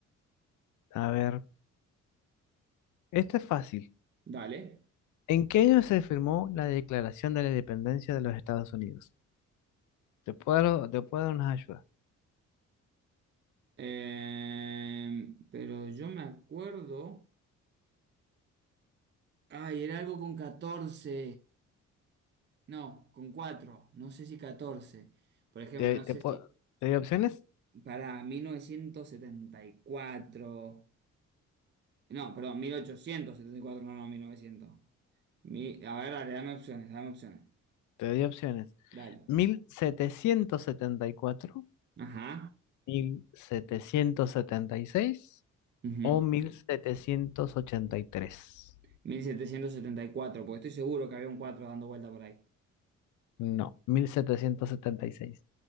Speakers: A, on the left (about 75°); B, on the right (about 35°).
A: a ver, esto es fácil.
B: Dale.
A: ¿En qué año se firmó la Declaración de la Independencia de los Estados Unidos? Te puedo dar, te puedo dar unas ayudas.
B: Eh, pero yo me acuerdo. Ay, era algo con catorce No, con cuatro, no sé si 14. Por ejemplo,
A: ¿Te,
B: no
A: te
B: sé
A: puedo-
B: si
A: te doy opciones?
B: para 1974. No, perdón, 1874. no, no, 1900. Mi- a ver, dale, dame opciones, dame opciones.
A: Te doy opciones.
B: Dale.
A: mil setecientos setenta y cuatro,
B: Ajá.
A: 1776
B: ujú.
A: o mil setecientos ochenta y tres
B: mil setecientos setenta y cuatro. porque estoy seguro que había un 4 dando vuelta por ahí.
A: No, mil setecientos setenta y seis